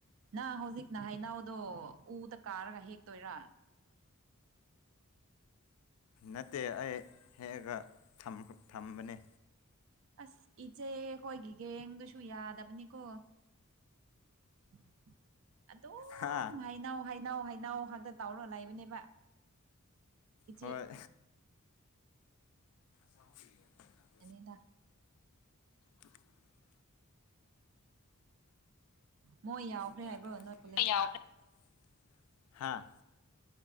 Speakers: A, on the right (about 65°); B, on the left (about 80°).
A: ꯅꯪ ꯍꯧꯖꯤꯛꯅ ꯍꯩꯅꯧꯗꯣ ꯎꯗ ꯀꯥꯔꯒ ꯍꯦꯛꯇꯣꯏꯔꯥ
B: ꯅꯠꯇꯦ ꯑꯩ ꯍꯦꯛꯑꯒ ꯊꯝ ꯊꯝꯕꯅꯦ
A: ꯑꯁ ꯏꯆꯦ ꯈꯣꯏꯒꯤ ꯒꯦꯡꯗꯨꯁꯨ ꯌꯥꯗꯕꯅꯤꯀꯣ <inaudible> ꯑꯗꯨꯝ
B: ꯍꯥ
A: ꯍꯩꯅꯥꯎ ꯍꯩꯅꯥꯎ ꯍꯩꯅꯥꯎ ꯈꯛꯇ ꯇꯧꯔ ꯂꯩꯕꯅꯦꯕ ꯏꯆꯦ
B: ꯍꯣꯏ <inaudible>
A: ꯌꯥꯅꯤꯗ
B: <inaudible>
A: ꯃꯣꯏ
B: <unintelligible>
A: ꯌꯥꯎꯈ꯭ꯔꯦ ꯍꯥꯏꯕ꯭ꯔꯣ ꯅꯣꯏ ꯀꯣꯂꯦꯖꯇ
B: ꯍꯥꯥ